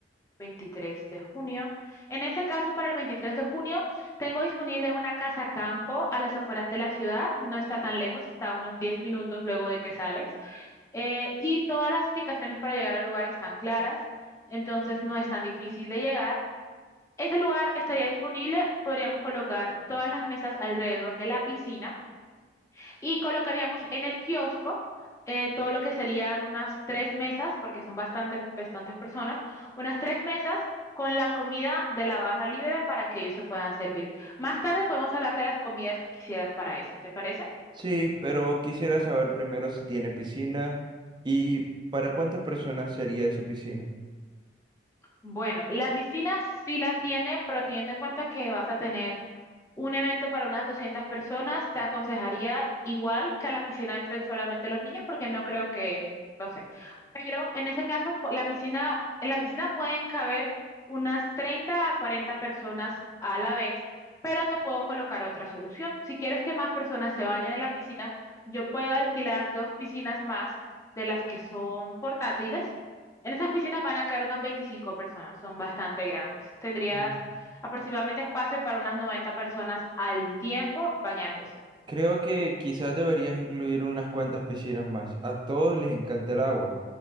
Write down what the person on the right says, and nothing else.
Sí, pero quisiera saber primero si tiene piscina y para cuántas personas sería esa piscina.
Mm.
Creo que quizás deberías incluir unas cuantas piscinas más. A todos les encanta el agua.